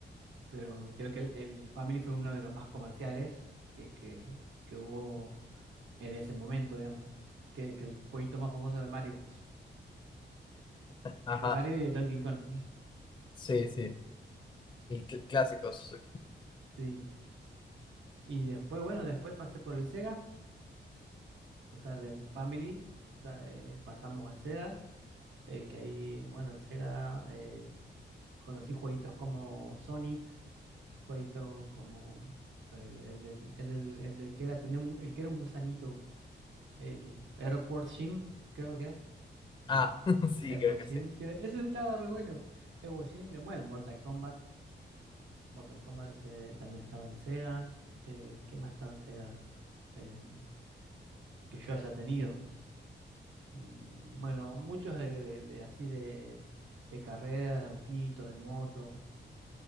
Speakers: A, on the right; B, on the left.
A: pero creo que el, el Family fue uno de los más comerciales que, que, que hubo en ese momento, digamos. Que, que el jueguito más famoso era el Mario.
B: ajá,
A: El Mario y el Donkey Kong. <laughs>
B: sí, sí. Y cl- clásicos.
A: Sí. Y después, bueno, después pasé por el Sega, o sea, del Family, o sea, eh, pasamos al Sega, eh, que ahí, bueno, el Sega eh, conocí jueguitos como Sonic, jueguitos como el, el, del- el del- el del que era, tenía un, el que era un gusanito, el Earthworm Jim, creo que era.
B: Ah, <laughs> sí,
A: Edward
B: creo que
A: Sheen,
B: sí.
A: que era- ese estaba re bueno. Edward Sheen, de, bueno, Mortal Kombat. Mortal Kombat ese también estaba en Sega. Eh, ¿qué más estaba en Sega? Eh, que yo haya tenido. Mm, Bueno, muchos de, de- de así de, de carreras, de autitos, de moto,